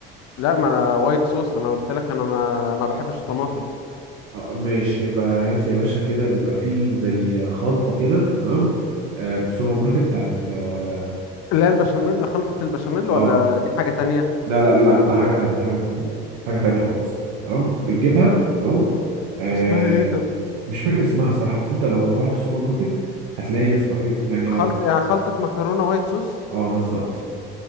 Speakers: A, on the left; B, on the right.
A: لا ما انا وايت صوص انا قلت لك انا ما, ما بحبش الطماطم
B: آه، ماشي يبقى هات يا باشا كده بيبقى فيه زي خلطه كده تمام آه، من السوبر ماركت بتاعت اه
A: اللي هي البشاميل خلطة البشاميل
B: آه،
A: ولا دي حاجة تانية
B: لا لا لا لا حاجه تانية حاجه حاجه تانية خالص تمام بتجيبها تمام آه،
A: اسمها ايه طب
B: مش فاكر اسمها الصراحه بس انت لو رحت السوبر ماركت هتلاقي يا اسطى- إيه، يعني
A: خلط يعني خلطة مكرونة وايت صوص
B: اه بالظبط